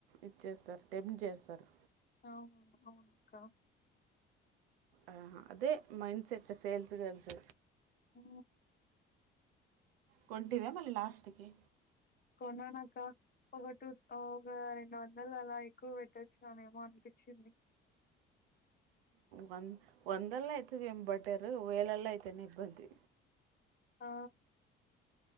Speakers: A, on the right; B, on the left.
A: ఇచ్చేస్తారు టెప్ట్ చేస్తారు
B: అవు అవునక్క
A: ఆ అదే మైండ్ సెట్ సేల్స్ గల్స్
B: ఉ
A: కొంటివ మళ్ళీ లాస్ట్కి
B: కొన్నాక ఒక టూ ఒక రెండు వందలు అలా ఎక్కువ పెట్టొచ్చుిననేమో అనిపించింది చింది
A: వంద వందల అయితుదిం బట్టారు వేలల్ అయితేనే నిబ్బంది
B: <inaudible> ఆ